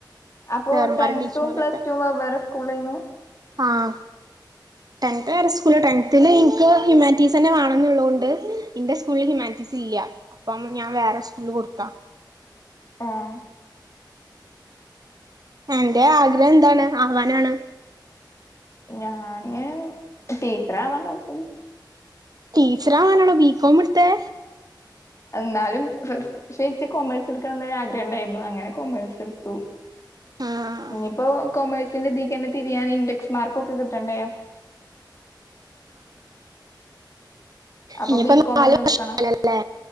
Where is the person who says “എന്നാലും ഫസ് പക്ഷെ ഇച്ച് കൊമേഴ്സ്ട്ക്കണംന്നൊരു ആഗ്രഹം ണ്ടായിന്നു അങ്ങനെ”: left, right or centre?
Left